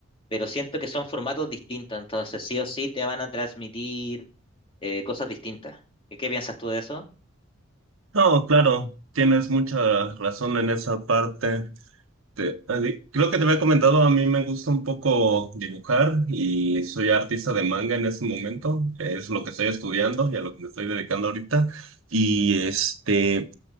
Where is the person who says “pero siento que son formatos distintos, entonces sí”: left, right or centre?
Left